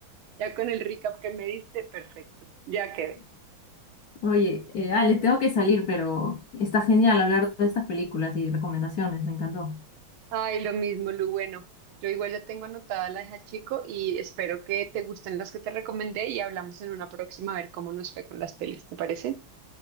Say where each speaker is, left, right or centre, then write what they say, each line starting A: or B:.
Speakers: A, on the right (about 80°); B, on the left (about 60°).
A: ya con el recap que me diste, perfecto. Ya quedé.
B: Oye, eh, Alex, tengo que salir, pero está genial hablar de estas películas y recomendaciones, me encantó.
A: Ay, lo mismo, Lu. Bueno, yo igual ya tengo anotada la hija chico y espero que te gusten las que te recomendé y hablamos en una próxima a ver cómo nos fue con las pelis, ¿te parece?